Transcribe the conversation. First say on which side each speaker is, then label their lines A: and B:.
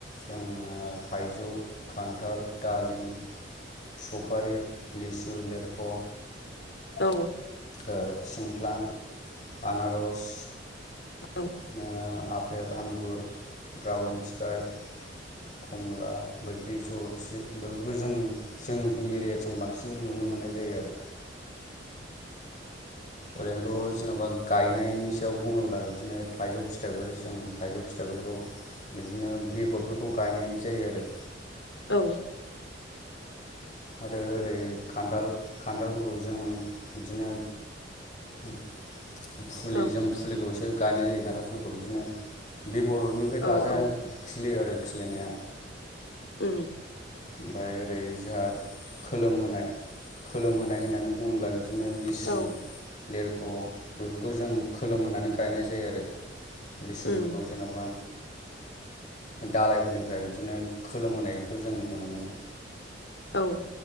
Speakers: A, on the left; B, on the left.
A: जोङो थाइजौ खान्थाल दालिम सफारि लिसु लेरख'
B: औ
A: ओ थिंख्लां आनारस
B: औ
A: बिदिनो आफेल आंगुर द्रागन फिथाइ खमला बैग्रि जल'फि बेफोरखौ जों जोंनि एरिया जों बांसिन नुनो मोननाय जायो आरो ओरैनोथ' जेन'बा गायनायनि सायाव बुङोब्ला बिदिनो थाइजौ फिथाइफोर जों थाइजौ फिथाइफोरखौ बिदिनो बेगरफोरखौ गायनाय जायो आरो।
B: औ।
A: आरो ओरै खान्थाल खान्थालफोरखौ जों बिदिनो <inaudible> फुलि
B: औ
A: जों फुलिखौसो गायनाय जायो खान्थालफोरखौ बिदिनो बेगर'नि ओमफ्राय
B: औ
A: गाजा
B: औ
A: खिलियो आरो खिलिनाया।
B: उम
A: ओमफ्राय ओरै जोहा खोलोमहोनाय खोलोमहोनाय होननानै बुङोब्ला बिदिनो लिसु
B: औ
A: लेरख' बेफोरखौ जों खोलोमहानै गायनाय जायो आरो लिसुफोरखौ
B: उम
A: जेन'बा दालायफोरनिफ्राय बिदिनो खोलोमहोनायखौ जों नुनो मोनो
B: औ